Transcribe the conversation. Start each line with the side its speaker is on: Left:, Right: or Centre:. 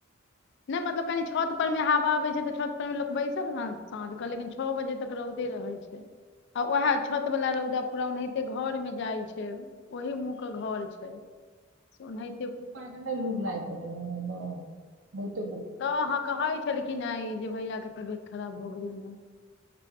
Left: नहि मतलब कनि छत पर में हवा आबै छै तऽ छत पर मे लोक बैसल ने साँझ लेकिन छओ बजे तक रौदे रहय आ वएह छत वालला रौदा पूरा ओनाहिते घर मे जाइ छै ओहि मुह के घर छै ओना
Right: ओप लूग लाग गेल बहुत
Left: तऽ अहाँ कहै छलखिन हे जे भैया के तबियत खराब भ गेलै